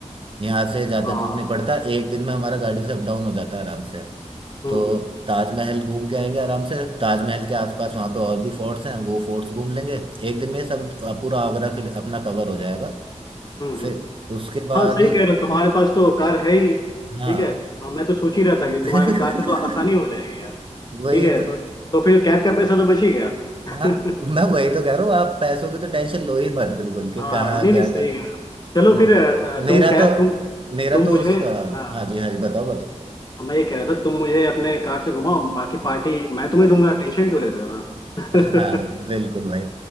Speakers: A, on the right (about 45°); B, on the left (about 35°).
A: यहाँ से ज़्यादा
B: हाँ
A: दूर नहीं पड़ता एक दिन में हमारा गाड़ी से अप डाउन हो जाता है आराम से
B: हम्म
A: तो
B: हम्म
A: ताजमहल घूम के आएंगे आराम से ताजमहल के आसपास वहाँ पे और भी फोर्ट्स हैं वो फोर्ट्स घूम लेंगे एक दिन में सब पूरा आगरा के लिए अपना कवर हो जाएगा
B: हम्म हम्म।
A: फिर उसके बाद
B: हाँ सही कह रहे हो तुम्हारे पास तो कार है ही
A: हाँ
B: ठीक है हाँ मैं तो सोच ही रहा था कि
A: <laughs>
B: तुम्हारे कार से तो आसानी हो जाएगी यार
A: वही
B: ठीक है
A: तो
B: तो, तो फिर कैब का पैसा तो बच ही गया <laughs>
A: हाँ मैं वही तो कह रहा हूँ आप पैसों की तो टेंशन लो ही मत बिल्कुल के
B: हाँ
A: कहाँ
B: नहीं
A: क्या
B: नहीं सही
A: कर
B: है चलो
A: म-
B: फिर अ,
A: मेरा
B: तुम कैब
A: तो
B: तुम
A: मेरा
B: तुम
A: तो
B: मुझे
A: उसका
B: हाँ
A: हाँ जी हाँ जी बताओ
B: मैं ये कह रहा था तुम मुझे अपने कार से घुमाओ बाकी
A: बताओ
B: पार्टी मैं तुम्हें दूंगा
A: <laughs>
B: टेंशन क्यों लेते हो हाँ
A: हाँ
B: <laughs>
A: बिल्कुल भाई